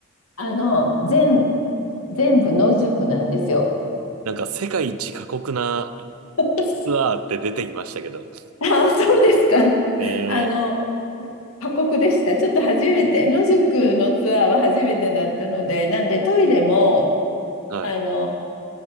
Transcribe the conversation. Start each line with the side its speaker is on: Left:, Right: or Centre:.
Left: あの、全、全部野宿なんですよ。
Right: なんか、世界一過酷な
Left: <laughs>
Right: ツアーって出てきましたけど。
Left: ああ、そうですか。
Right: えー、
Left: あの、過酷でした。ちょっと初めて、野宿のツアーは初めてだったので、なんでトイレも、
Right: はい。
Left: あの、